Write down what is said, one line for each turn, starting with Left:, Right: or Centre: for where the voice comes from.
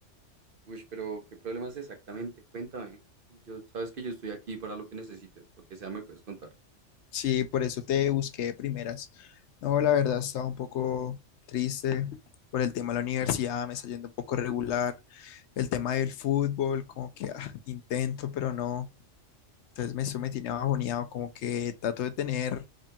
Right: uy, pero ¿qué problemas exactamente? Cuéntame. Yo, sabes que yo estoy aquí para lo que necesites, lo que sea me puedes contar.
Left: Sí, por eso te busqué de primeras. No, la verdad, estaba un poco triste por el tema de la universidad, me está yendo un poco regular. El tema del fútbol, como que ah, intento, pero no. Entonces me, eso me tiene bajoneado, como que trato de tener